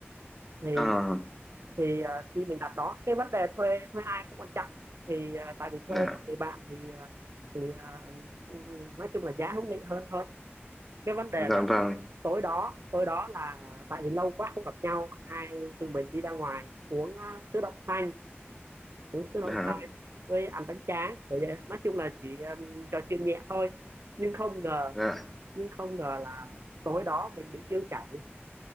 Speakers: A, on the right; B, in the centre.
A: thì
B: à
A: thì ờ, khi mình đặt đó cái vấn đề thuê thuê ai không quan trọng thì ờ, tại vì thuê
B: dạ
A: của người bạn thì ờ, thì ờ, ừm, nói chung là giá hữu nghị hơn thôi cái vấn đề
B: dạ
A: là
B: vâng
A: tối đó tối đó là tại vì lâu quá không gặp nhau hai tụi mình đi ra ngoài uống ờ, sữa đậu xanh uống sữa đậu
B: dạ
A: xanh với ăn bánh tráng rồi vậy nói chung là chỉ ờ, trò chuyện nhẹ thôi nhưng không ngờ
B: dạ
A: nhưng không ngờ là tối đó mình bị tiêu chảy